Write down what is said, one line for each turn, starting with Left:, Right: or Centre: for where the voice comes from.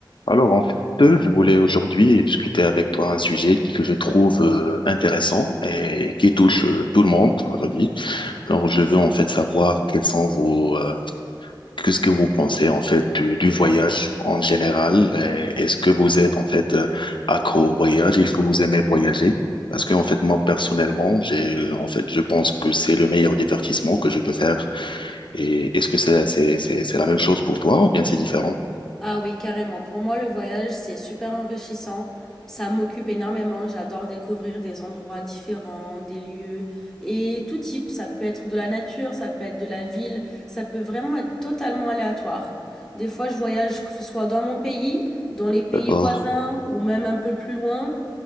Left: Alors, en fait, je voulais aujourd'hui discuter avec toi un sujet que je trouve euh, intéressant et qui touche euh, tout le monde aujourd'hui. Alors, je veux en fait savoir quels sont vos, euh, qu'est-ce que vous pensez en fait du, du voyage en général. et Est-ce que vous êtes en fait euh, accro au voyage? Est-ce que vous aimez voyager? Parce que en fait, moi personnellement, j'ai euh, en fait, je pense que c'est le meilleur divertissement que je peux faire et est-ce que c'est, c'est, c'est, c'est la même chose pour toi ou bien c'est différent?
Centre: Ah oui, carrément. Pour moi, le voyage, c'est super enrichissant. Ça m'occupe énormément. J'adore découvrir des endroits différents, des lieux et tout type. Ça peut être de la nature, ça peut être de la ville, ça peut vraiment être totalement aléatoire. Des fois, je voyage, que ce soit dans mon pays, dans les pays
Left: D'accord.
Centre: voisins ou même un peu plus loin.